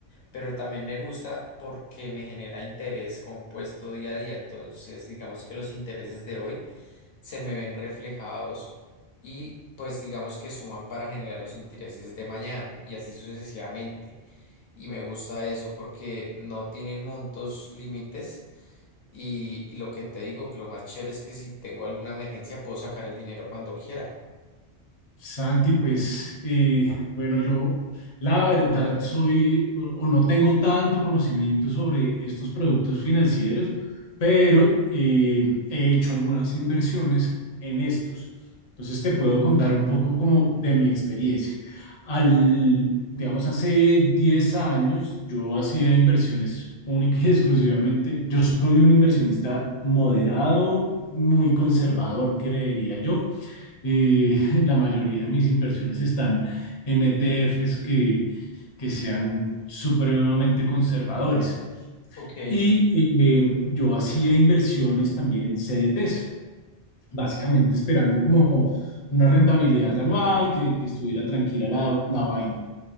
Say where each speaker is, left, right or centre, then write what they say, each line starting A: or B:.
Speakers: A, on the left (about 65°); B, on the left (about 35°).
A: pero también me gusta porque me genera interés compuesto día a día, entonces digamos que los intereses de hoy se me ven reflejados y pues digamos que suman para generar los intereses de mañana y así sucesivamente. Y me gusta eso porque no tienen montos límites y, y lo que te digo, que lo más chévere es que si tengo alguna emergencia puedo sacar el dinero cuando quiera.
B: Santi, pues eh, bueno, yo la verdad soy o, o no tengo tanto conocimiento sobre estos productos financieros, pero eh, he hecho algunas inversiones en estos. Entonces te puedo contar un poco como de mi experiencia. Al, digamos, hace 10 años yo hacía inversiones única y <laughs> exclusivamente. Yo soy un inversionista moderado, muy conservador, creería yo. Eh, <laughs> la mayoría de mis inversiones están en ETFs que, que sean supremamente conservadores.
A: Ok,
B: Y eh, yo hacía inversiones también en CDTs, básicamente esperando como una rentabilidad anual, que, que estuviera tranquila la, la vaina.